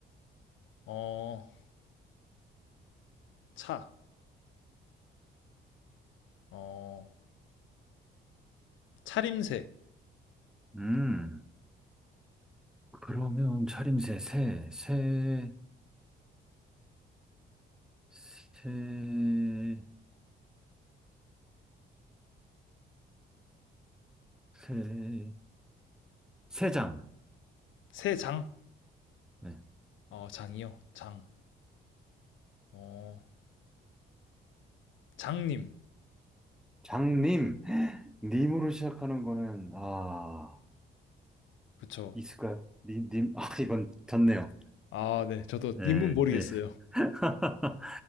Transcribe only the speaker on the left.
어, 차, 어, 차림새.
새 장,
어, 장이요. 장, 어, 장님.
그쵸.
아, 네. 저도
님은 모르겠어요.